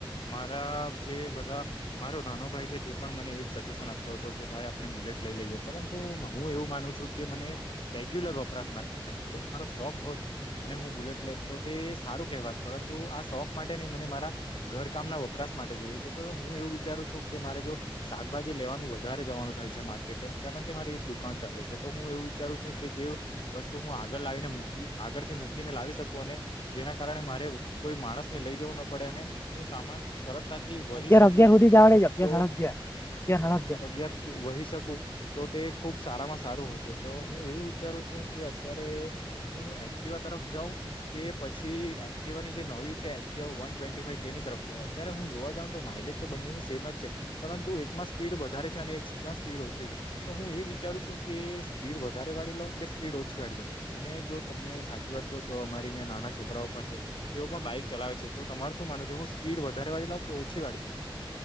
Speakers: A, on the left; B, on the left.
A: મારા જે બધા મારો નાનો ભાઈ છે તે પણ મને એજ સજેસન આપતો હતો કે ભાઈ આપણે બુલેટ લઈ લઈએ પરંતુ હું એવું માનું છું કે મને રેગ્યુ લર વપરાશ <unintelligible> શોખ હોત અને હું બુલેટ લે તો તે સારું કહેવાતુ તો આ શોખ માટે નહી મને મારા ઘરકામના વપરાશ માટે જોઈએ છે તો હું એવું વિચારું છું કે મારે જો. શાકભાજી લેવાનું વધારે જવાનું થાય છે માર્કેટે કારણ કે મારી એક દુકાન ચાલે છે, તો હું એવું વિચારું છું કે. જે વસ્તુ હું આગળ લાવીને મૂકી આગળથી મૂકીને લાવી શકું અને જેના કારણે મારે કોઈ માણસ ને લઈ જવું ન પડે, અને હું સામાન સરળતાથી વહી
B: અગિયાર
A: શકું
B: અગિયાર સુધી જ આવડે છે, અગિયાર
A: તો
B: સાડા અગિયાર અગિયાર સાડા
A: અગિયાર વહી શકું તો તે ખુબ સારામાં સારું હશે તો હું એવું વિચારું છું કે અત્યારે હું એક્ટિવા તરફ જાઉ. કે પછી એક્ટિવાની જે ન છે ટવે ફવ તેની તરફ અત્યારે હું જોવા જં તો માઇલેજ તો બંનેની સેમ જ છે‌. પરુ એકમાં સ્પીડ વધારે છે, અને એકમાં સ્પીડ ઓછી છે તો હું એ વિચારું છું, કે સ્પીડ વધારે વાળી કે સ્પીડ ઓછી વાળી લો અને જો તમને સાચી વાત કહું તો અમારે અહીં નાના છોકરાઓ પણ છે. તેઓ પણ બાઈક ચલાવે છે, તો તમાર શું માનવ છે હું પીડ વધારે વાળી લો કે ઓછી વાળી લો.